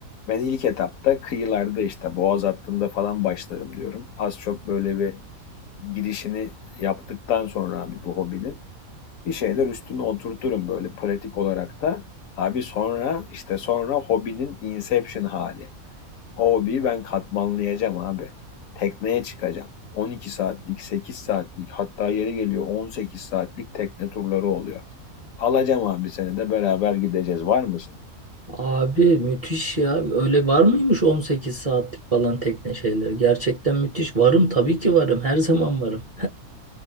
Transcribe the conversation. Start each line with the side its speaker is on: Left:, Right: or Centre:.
Left: Ben ilk etapta kıyılarda işte boğaz hattında falan başlarım diyorum. Az çok böyle bir girişini yaptıktan sonra abi bu hobinin bir şeyler üstüne oturturum böyle pratik olarak da. Abi sonra işte sonra hobinin inception hali. O hobiyi ben katmanlayacağım abi. Tekneye çıkacağım. 12 saatlik, 8 saatlik hatta yeri geliyor 18 saatlik tekne turları oluyor. Alacağım abi seni de beraber gideceğiz. Var mısın?
Right: Abi müthiş ya. Öyle var mıymış 18 saatlik falan tekne şeyleri? Gerçekten müthiş. Varım tabii ki varım. Her zaman varım.